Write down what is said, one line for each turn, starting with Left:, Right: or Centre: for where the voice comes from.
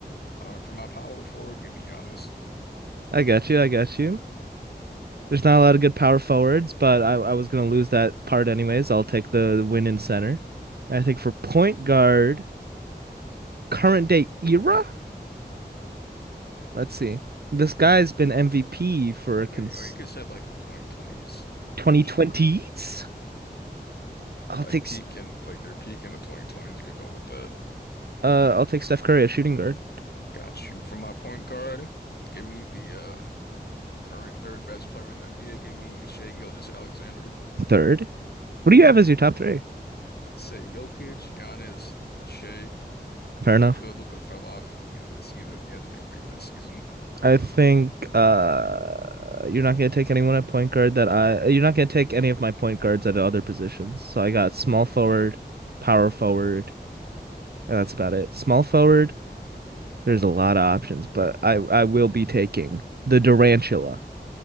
Left: All right, for my power forward, give me Giannis.
Right: <laughs> I got you. I got you. There's not a lot of good power forwards, but I, I was gonna lose that part anyways. I'll take the win in center. And I think for point guard, current day era.
Left: Like
Right: Let's see. This guy's been MVP for
Left: maybe,
Right: cons
Left: or you could say like the 2020s
Right: 2020s.
Left: in general.
Right: I'll
Left: Like
Right: take
Left: peak
Right: s-
Left: and like their peak in the 2020s, you could go with that.
Right: uh I'll take Steph Curry at shooting guard.
Left: Got you. for my point guard, give me the uh current third best player in the NBA. Give me Shea Gilgeous-Alexander.
Right: Third. What do you have as your top three?
Left: I'll say Jokic, Giannis, Shea,
Right: Fair enough.
Left: Luca. Luca fell off. He, he he hasn't been great this season.
Right: I think uh you're not gonna take anyone at point guard that I you're not gonna take any of my point guards at other positions. So I got small forward, power forward, and that's about it. Small forward, there's a lot of options, but I I will be taking the Durantula.